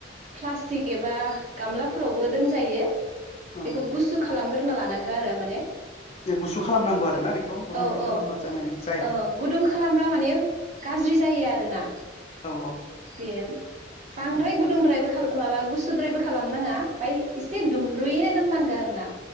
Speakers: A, on the right; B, on the left.
A: प्लास्टिक एबा गामलाफोरावबो दोनजायो बेखौ
B: औ
A: गुसु खालामग्रोना लानांगौ आरो माने
B: गुसु खालामनांगौ आरोना बेखौ गुदुं
A: औ
B: गुदुं खालामबा
A: औ
B: जानाय जाया?
A: औ गुदुं खालामब्ला माने गाज्रि जायो आरोना
B: औ
A: बे बांद्राय
B: औ
A: गुदुंद्रायबो खा- माबा गुुसु सुद्रायबो खालामनाङा ओमफ्राय एसे दुमब्रुयैनो दोननांगो आरोना